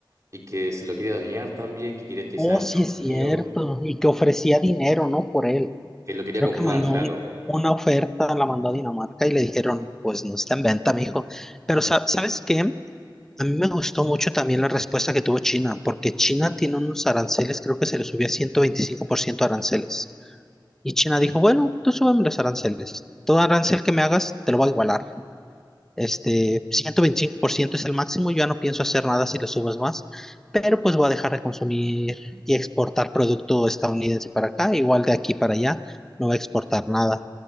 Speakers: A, on the right (about 40°); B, in the centre.
A: y que se lo quiere dañar también, que quiere que
B: Oh,
A: sea de
B: sí,
A: Estados
B: es
A: Unidos,
B: cierto. Y que ofrecía dinero, ¿no? Por él.
A: que lo quería
B: Creo
A: comprar,
B: que mandó
A: claro.
B: un- una oferta, la mandó a Dinamarca y le dijeron, pues no está en venta, mijo. Pero, sa- ¿sabes qué? A mí me gustó mucho también la respuesta que tuvo China, porque China tiene unos aranceles, creo que se le subía 125% aranceles. Y China dijo, bueno, tú súbeme los aranceles. Todo arancel que me hagas, te lo voy a igualar. Este, 125% es el máximo, yo ya no pienso hacer nada si le subes más, pero pues voy a dejar de consumir y exportar producto estadounidense para acá, igual de aquí para allá, no voy a exportar nada.